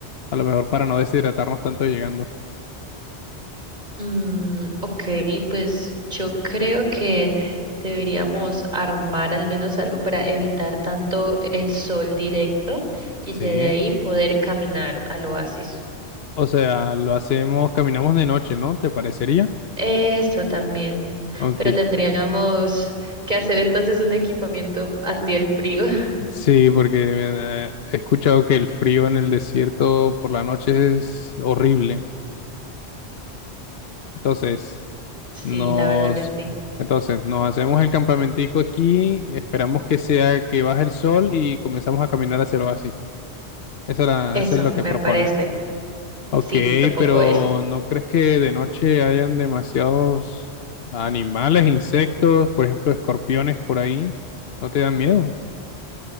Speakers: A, on the left (about 65°); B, on the right (about 40°).
A: a lo mejor para no deshidratarnos tanto llegando.
B: Mm, ok, pues yo creo que deberíamos armar al menos algo para evitar tanto el sol directo y
A: Sí.
B: ya de ahí poder caminar al oasis.
A: O sea, lo hacemos, caminamos de noche, ¿no? ¿Te parecería?
B: Eso también.
A: Aunque
B: Pero tendríamos que hacer entonces un equipamiento anti el frío. <laughs>
A: sí, porque eh, he escuchado que el frío en el desierto por la noche es horrible. Entonces...
B: Sí,
A: Nos,
B: la verdad que sí.
A: entonces, nos hacemos el campamentico aquí, esperamos que sea que baje el sol y comenzamos a caminar hacia el oasis. Esa es la-
B: Eso,
A: eso es lo
B: me
A: que propone.
B: parece.
A: Ok,
B: Sí, propongo
A: pero
B: eso.
A: ¿no crees que de noche hayan demasiados animales, insectos, por ejemplo, escorpiones por ahí? ¿No te dan miedo?